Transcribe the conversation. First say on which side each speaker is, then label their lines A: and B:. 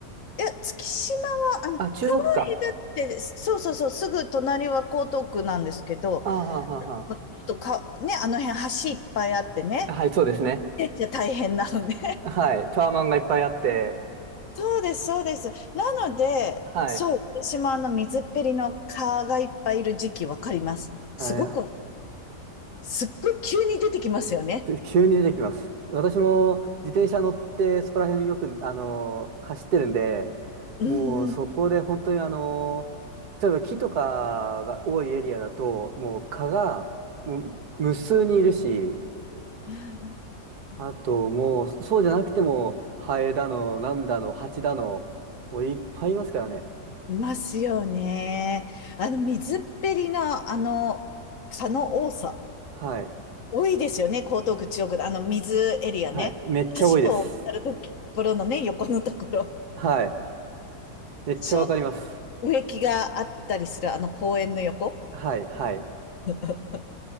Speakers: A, on the left; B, on the right.
A: いや、月島は、あの、
B: あ、
A: 川
B: 中国か。
A: へだって、そうそうそう、すぐ隣は江東区なんですけど、
B: ああ、はあ、はあは
A: もうちょっとか、ね、あの辺橋いっぱいあってね、
B: あはい、そうですね。
A: いや大変なのね。
B: はい。タワマンがいっぱいあって、
A: そうです、そうです。なので、
B: はい。
A: そう、私もあの水っぺりの蚊がいっぱいいる時期わかります。すごく、
B: あれ、
A: すっごい急に出てきますよね。
B: で急に出てきます。私も自転車乗ってそこら辺によく、あのー走ってるんで、
A: うんうん。
B: もうそこで本当にあのー例えば木とかが多いエリアだと、もう蚊がもう無数にいるし、
A: うんうんうん
B: あともうそうじゃなくてもハエだの、なんだの、ハチだの、もういっぱいいますからね。
A: いますよね。あの水っぺりのあの蚊の多さ、
B: はい。
A: 多いですよね、江東区、中央区のあの水エリアね。
B: はい。めっちゃ多いです。
A: 橋を渡るところのね、横のところ。
B: はい。めっちゃわかります。
A: ちょっと植木があったりするあの公園の横。
B: はい、はい。
A: <laughs>